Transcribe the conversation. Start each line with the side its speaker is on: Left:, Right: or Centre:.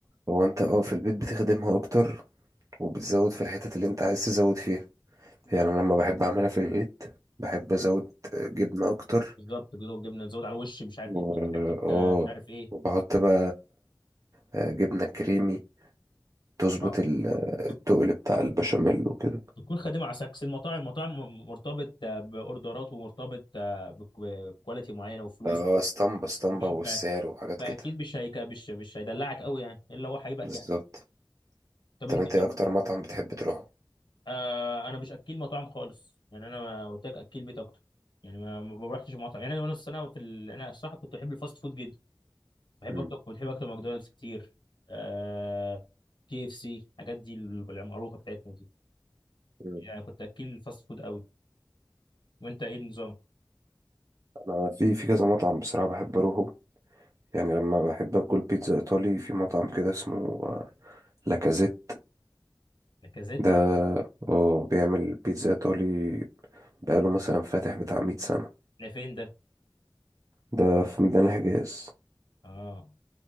Right: هو أنت اه في البيت بتخدمها أكتر وبتزود في الحتت اللي أنت عايز تزود فيها يعني أنا لما بحب أعملها في البيت بحب أزود جبنة أكتر
Left: بالظبط كده والجبنة تزود على الوش مش عارف
Right: و-
Left: ايه حتة
Right: اه
Left: آه، مش عارف ايه
Right: وبحط بقى آه، جبنة كريمي تظبط
Left: آه،
Right: ال-
Left: بت-
Right: التقل بتاع البشاميل وكده
Left: بتكون خادمة على سكس المطاعم المطاعم م- مرتبط آه، بأوردرات ومرتبط آه، بك- بكواليتي معينة وفلوس
Right: اه اسطمبة اسطمبة
Left: مش
Right: والسعر
Left: فا-
Right: وحاجات
Left: فأكيد
Right: كده
Left: مش هيك مش مش هيدلعك قوي يعني إلا هو هيبقى
Right: بالظبط
Left: يعني طب
Right: طب
Left: أنت
Right: انت ايه
Left: كده
Right: اكتر مطعم بتحب تروحه؟
Left: آه أنا مش أكيل مطاعم خالص يعني أنا ما قلت لك أكيل بيت أكتر يعني ما ما ما رحتش مطعم يعني أنا وأنا السنة في ال... أنا الصراحة كنت أحب الفاست فود جدا بحب
Right: مم.
Left: اكتب بحب اكتب ماكدونالدز كتير آه... كي اف سي الحاجات دي المعروفه بتاعتنا دي
Right: مم.
Left: يعني كنت اكل الفاست فود قوي وانت ايه النظام
Right: انا في في كذا مطعم بصراحة بحب اروحه يعني لما بحب اكل بيتزا ايطالي في مطعم كده اسمه آه، لاكازيت
Left: لاكازيت
Right: ده اه بيعمل بيتزا ايطالي بقاله مثلا فاتح بتاع 100 سنة
Left: ده فين ده
Right: ده في ميدان الحجاز
Left: اه